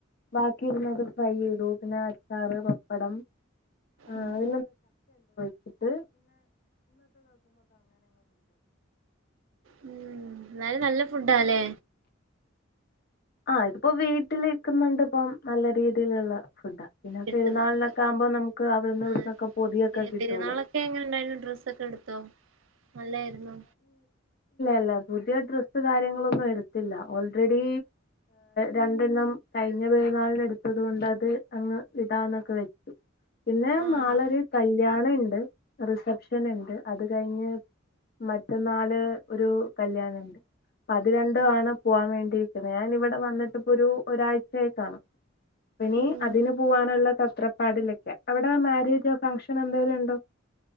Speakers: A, on the left; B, on the right.
A: ബാക്കി ഇരുന്നതും ഫ്രൈ ചെയ്തു പിന്നെ അച്ചാറ് പപ്പടം ആഹ്
B: ഉം
A: ഇട്ട്
B: ഉം എന്നാലും നല്ല ഫുഡാല്ലേ
A: ആഹ് ഇതിപ്പോ വീട്ടിലിക്കുന്നൊണ്ട് ഇപ്പം നല്ല രീതിയിലുള്ള ഫുഡാ പിന്നെ
B: കിട്ടുന്നത്
A: പെരുന്നാളിനൊക്കെ ആമ്പോ നമുക്ക് അവിടുന്നും ഇവിടന്നൊക്കെ
B: ആഹ്
A: പൊതിയൊക്കെ കിട്ടൂലോ
B: പെരുന്നാളൊക്കെ എങ്ങനെ ഉണ്ടായിരുന്നു ഡ്രസ്സൊക്കെ എടുത്തോ നല്ലായിരുന്നു
A: ഇല്ല പുതിയ ഡ്രസ്സ് കാര്യങ്ങളൊന്നും എടുത്തില്ല ഓൾറെഡി രണ്ടെണ്ണം കഴിഞ്ഞ പെരുന്നാളിന് എടുത്തത് കൊണ്ടത് അങ്ങ് ഇടാന്നൊക്കെ വെച്ചു പിന്നെ
B: ആഹ്
A: മാളര് കല് കല്യാണ ഉണ്ട് റിസപ് ക്ഷന്ണ്ട് അത് കഴിഞ്ഞ് മറ്റന്നാള് ഒരു കല്യാണുണ്ട് അത് രണ്ടും ആണ് പോവാൻ വേണ്ടിയിരിക്കുന്നത് ഞാൻ ഇവിടെ വന്നിട്ട് ഇപ്പോ ഒരു ഒരാഴ്ചയായി കാണും പിനി
B: ഉം
A: അതിന് പോവാനുള്ള ത- തത്രപ്പാടിലൊക്കെയ അവിടെ മാരേജോ ഫംഗഷൻ എന്തെിലും ഉണ്ടോ